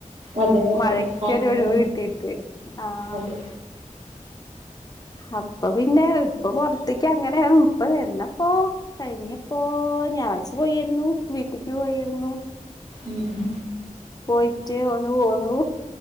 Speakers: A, on the right (about 65°); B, on the left (about 30°).
A: അതെ അതെ
B: മഴക്കൊരു
A: അങ്ങനെ
B: ഒഴിവ് കിട്ടീട്ട് ആഹ്
A: അതെ
B: അപ്പൊ പിന്നെ ഇപ്പൊ പോറത്തേക്ക് അങ്ങനെ ഇപ്പ എന്നപ്പോ കഴിഞ്ഞപ്പോ ഞായറാഴ്ച പോയിരുന്നു വീട്ടിക്ക് പോയരുന്നു
A: ഉം ഉം
B: പോയിട്ട് ഒന്ന് പോന്നു